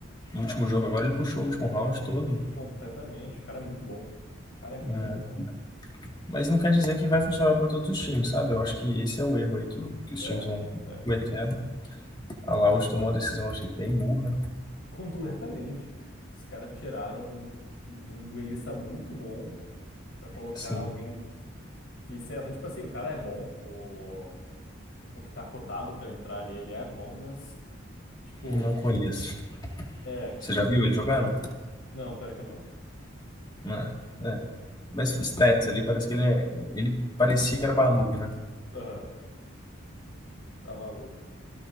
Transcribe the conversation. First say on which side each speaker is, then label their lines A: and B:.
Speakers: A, on the left; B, on the left.
A: o último jogo agora, ele puxou o último round todo.
B: completamente. O cara é muito bom. O cara é muito
A: É.
B: bom.
A: Mas não quer dizer que vai funcionar para todos os times, sabe? Eu acho que esse é o erro aí que, o- que os
B: É,
A: times vão
B: é.
A: cometendo. A Loud tomou uma decisão, achei bem burra.
B: Completamente. Os caras tiraram um, um duelista muito bom pra colocar
A: Sim,
B: alguém que, sei lá, tipo assim, o cara é bom, o, o que tá cotado pra entrar ali, ele é bom, mas, tipo,
A: não conheço.
B: é.
A: Você já viu ele jogando?
B: Não, pior que não.
A: Ah, é. Mas stats ali, parece que ele é. Ele parecia que era baludo, né?
B: Aham, tá maluco.